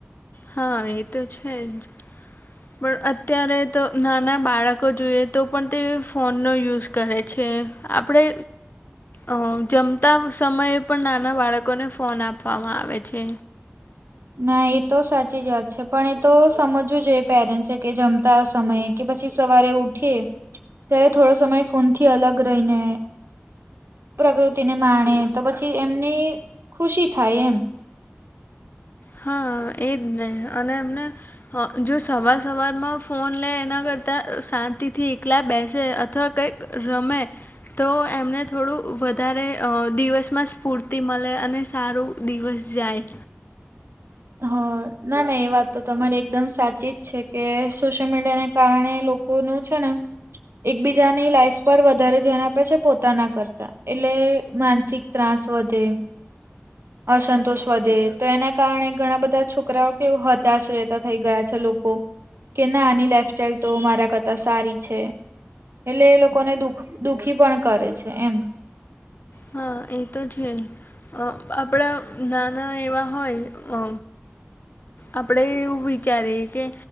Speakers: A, on the left (about 45°); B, on the right (about 60°).
A: હન, એ તો છે જ, પણ અત્યારે તો નાના બાળકો જોઈએ તો પણ તે ફોનનો યુઝ કરે છે આપડે અ જમતા સમયે પણ નાના બાળકોને ફોન આપવામાં આવે છે.
B: ના, એ તો સાચી જ વાત છે. પણ એ તો સમજવું જોઈએ પેરેન્ટ્સે કે જમ તા સમયે કે પછી સવારે ઉઠી ત્યારે થોડો સમય ફોનથી અલગ રઈને પ્રકૃતિને માણે તો પછી એમની ખુશી થાય એમ.
A: હન, એ જ ને અને એમને હઅ, જો સવાર સવારમાં ફોન લે એના કરતાં શાંતિથી એકલા બેસે અથવા કંઈક રમે તો એમને થોડું વધારે અ દિવસમાં સ્ફૂર્તિ મલે અને સારું દિવસ જાય.
B: હઅ, ના, ના એ વાત તો તમારી એકદમ સાચી જ છે કે સોશિયલ મીડિયાને કારણે લોકોનું છે ન એકબીજાની લાઈફ પર વધારે ધ્યાન આપે છે પોતાના કરતા. એટલે માનસિક ત્રાસ વધે અસંતોષ વધે તો એના કારણે ઘણા બધા છોકરાઓ કેવું હતાશ રહેતા થઈ ગયા છે લો કો કે ના આની લાઈફસ્ટાઈલ તો મારા કરતા સારી છે એટલે એ લોકોને દુખ દુઃખી પણ કરે છે એમ.
A: હન, એ તો છે. અ આપડ નાના એવા હોય અ આપડે એવું વિચારીએ કે